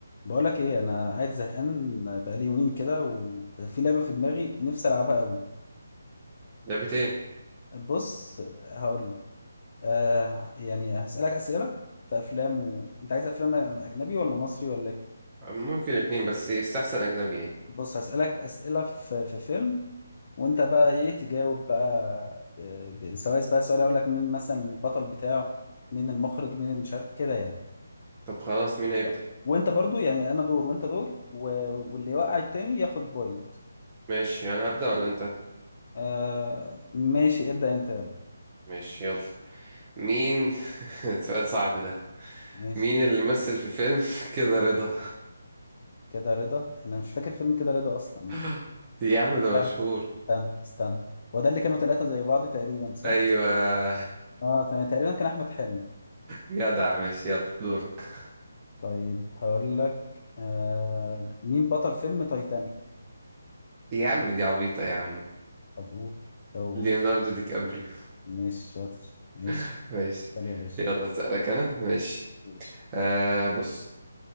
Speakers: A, on the left (about 40°); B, on the right (about 20°).
A: بقولك ايه انا قاعد زهقان بقالي يومين كده وفي لعبه في دماغي نفسي العبها قوي
B: لعبة ايه
A: فبص هقول لك آه يعني هسالك اسئله في افلام و... انت عايز افلام اجنبي ولا مصري ولا ايه
B: ممكن اتنين بس يستحسن اجنبي يعني
A: بص هسالك اسئله في في فيلم وانت بقى ايه تجاوب بقى آه، ب... سواء بقى سؤال اقول لك مين مثلا البطل بتاعه مين المخرج مين المشارك كده يعني
B: طب خلاص مين هيبدأ
A: قشطة؟ وانت برضو يعني انا دور وانت دور و... واللي يوقع التاني ياخد بوينت
B: ماشي انا هبدأ ولا انت
A: آه ماشي ابدأ انت يلا
B: ماشي يلا مين <laughs> سؤال صعب ده
A: ماشي
B: مين اللي مثل في فيلم <laughs> كده رضا
A: كده رضا انا مش فاكر فيلم كده رضا اصلا يعني
B: <laughs> يا عم ده
A: استنى
B: مشهور
A: يلا استنى استنى هو ده اللي كانوا ثلاثة زي بعض تقريبا صح؟
B: ايوه <laughs>
A: اه تمام تقريبا كان احمد حلمي
B: جدع ماشي يلا دورك
A: ماشي. طيب هقول لك آه مين بطل فيلم تايتانيك؟
B: يا عم دي عبيطة يا عم
A: طب قول لو
B: ليوناردو دي كابريو
A: مش شاطر ماشي
B: <laughs> ماشي
A: تعالى يا باشا
B: يلا اسألك انا ماشي
A: تعالى يا باشا
B: آه بص